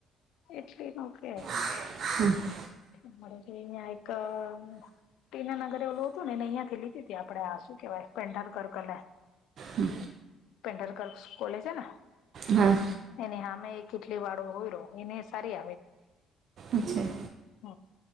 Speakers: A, on the left; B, on the right.
A: એટલી ન કે
B: <inaudible>
A: <inaudible> ટીનનગર એવલું હતું ને ને અહંયાથી લીધીતી આપે શું કહેવાય પેંઢર કરકલે
B: હમ.
A: પેંડ <unintelligible> કોલેજ હે ન
B: હા.
A: એની હામે એ કેટલી વાળો હોય રો એને સારી
B: અચ્છા
A: હ